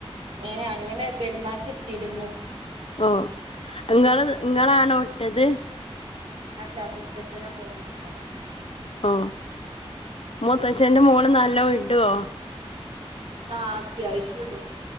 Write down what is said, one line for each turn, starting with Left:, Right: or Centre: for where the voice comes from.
Right: ഏ അങ്ങനെ പെരുന്നാക്ക്. ഇട്ടിരുന്നു
Left: ഓ ഇങ്ങള് ഇങ്ങളാണോട്ടത്
Right: അല്ല മൂത്തച്ചന്റെ മോള് ഇട്ടത
Left: ഓ മൂത്തച്ചന്റെ മോള് നല്ലോ ഇടോ
Right: ആ അത്യാവശ്യ ഇടും